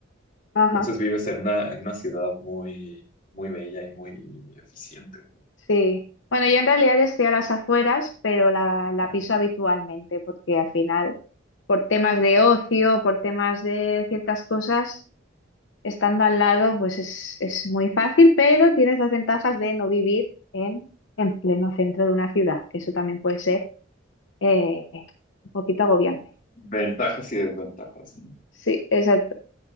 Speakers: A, on the left; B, on the left.
A: ajá,
B: Entonces vives en una, en una ciudad muy, muy bella y muy eficiente.
A: sí. Bueno, yo en realidad estoy a las afueras, pero la, la
B: Ujú.
A: piso habitualmente, porque al final, por temas de ocio, por temas de ciertas cosas, estando al lado, pues es, es muy fácil, pero tienes las ventajas de no vivir en, en pleno centro de una ciudad, que eso también puede ser eh, un poquito agobiante.
B: Ventajas y desventajas, ¿no?
A: Sí, exacto.